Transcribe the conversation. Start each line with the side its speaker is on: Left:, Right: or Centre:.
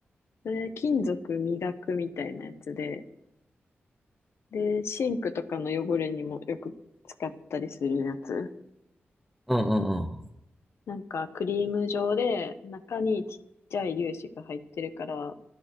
Left: それ金属磨くみたいなやつで、で、シンクとかの汚れにもよく使ったりするやつ。
Centre: うんうんうん。
Left: なんか、クリーム状で、中にちっちゃい粒子が入ってるから、